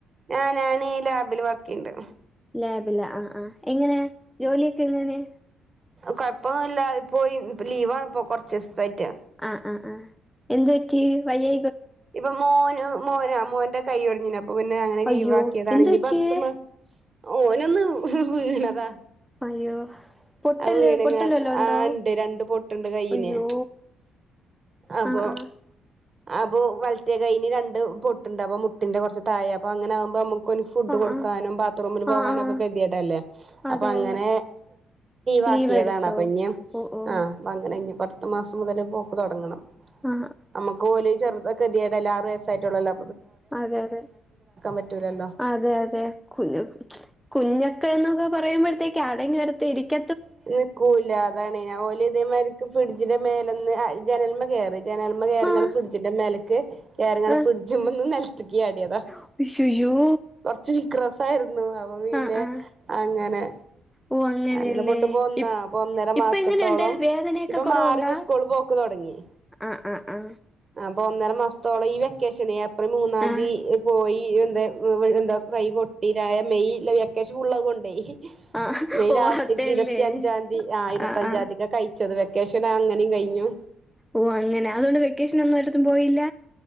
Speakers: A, on the right (about 35°); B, in the centre.
A: ആ ഞാന് ഈ ലാബിൽ വർക്കണ്ട്
B: ലാബില്ല ആഹ് ആ എങ്ങനെയാ ജോലിയൊക്കെ എങ്ങനെ
A: കൊഴപ്പൊന്നുമല്ല പോയി ലീവാണ് ഇപ്പോ കൊറച്ച് ദിവസായിട്ട്
B: ആഹ് ആ ആ എന്ത് പറ്റി വയ്യ
A: ഇപ്പൊ മോന് മോനാ മോന്റെ കൈയ ഒടഞ്ഞെ അപ്പ പിന്നെ അങ്ങനെ ലീവാക്കിയടാണ്
B: അയ്യോ എന്ത് പറ്റിയേ
A: പടുത്ത ഓന ഒന്ന് വീണതാ
B: അയ്യോ പൊട്ടല്
A: ആ വീണങ്ങാ
B: പൊട്ടല് വല്ലോ ഉണ്ടോ
A: ആ ഇണ്ട് രണ്ട് പൊട്ടുണ്ട് കയ്യിന്
B: അയ്യോ
A: അപ്പൊ
B: ആ ആ
A: അപ്പൊ വലത്തിയ കൈയിന് രണ്ട് പൊട്ടുണ്ട് അപ്പൊ മുട്ടിന്റെ കുറച്ച് തായഴ അപ്പൊ അങ്ങനെ ആകുമ്പോ നമുക്ക് കൊരു ഫുഡ്
B: ആഹ്
A: കൊടുക്കാനും
B: ആഹ്
A: ബാറൂമിൽ പോാനക്കെ
B: ആഹ് ആഹ്
A: കതിട്ടല്ലേ
B: അതെ
A: അ അങ്ങന
B: അതെ
A: ബാക്കിയതാണ്
B: ലീവ് എടുത്തോ
A: അപ്പൊ ഇനി ആ
B: ഓ ഓ
A: അപ്പൊ അങ്ങനെ ഇ പ അത്ത മാസം മുതൽ പോക്ക് തുടങ്ങണം
B: ആ
A: നമുക്ക് പോലും ചെറുത ഗതിയുടെ എല്ലും അറസായിട്ടുള്ളല്ലോ
B: അതെ അതെ
A: പറ്റൂലല്ലോ
B: അതെ അതെ കുഞ്ഞ കുഞ്ഞൊക്കെ ക്കെ പറയുമ്പോഴത്തേക്ക ആടി വരരിക്ക
A: നിൽക്കൂല്ല അതാണ് ഇ പോലും ഇതേമാതിക്ക് ഫ്രിഡ്ജിന്റെ മേലൊന്ന് ജനന്മ കയറി ചേനല്മ കയറിയാണ്ട്
B: ആഹ്
A: ഫ്രിഡ്ജിന്റെ മേലക്ക് കയറിങ്ങെ
B: ആഹ്
A: ഫ്രഡജ് മ്മന്ന് നെലത്ത്ക്ക് അതാ
B: അയ്യയ്യോ
A: കൊറച്ച് വിക്ര സായിരുന്നു അപ്പൊ പിന്നെ
B: ആഹ് ആഹ്
A: അങ്ങനെ
B: ഓ അങ്ങനെയല്ലേ
A: അങ്ങനെ പൊട്ടുപ്പോ ഒന്ന
B: ഇ
A: അപ്പൊ ഒന്നര
B: ഇപ്പ
A: മാസത്തോളം
B: എങ്ങനെയുണ്ട് വേദനയൊക്കെ
A: ഇപ്പൊ
B: കുറവുണ്ടാ
A: മാറിപ്പോ സ്കൂള് പോക്ക് തൊടങ്ങി
B: ആഹ് ആ ആ
A: അപ്പൊ ഒന്നര മാസത്തോളം ഈ വെ ശ ഏപ്രിൽ മൂന്നാം
B: ആഹ്
A: തീതി പോയി എന്താ എന്താ കൈ പൊട്ടിരായ മെയൽ കശപ്പുള്ളത് കൊണ്ടേ
B: ആഹ് ആഹ്
A: മെയ്
B: ഓ
A: ലാസ്റ്റ്
B: അതല്ലേ
A: ഇരുത്തി അഞ്ചാം തീയതി ആ ഇരുത്തി
B: ആഹ്
A: അഞ്ചാംതിക്ക
B: ആഹ്
A: കഴിച്ചത് വെക്കേഷൻ അങ്ങനെയും കഴിഞ്ഞു
B: ഓ അങ്ങനെ അതുകൊണ്ട് വെക്കേഷൻ ഒന്നും ഒരിടത്തും പോയില്ല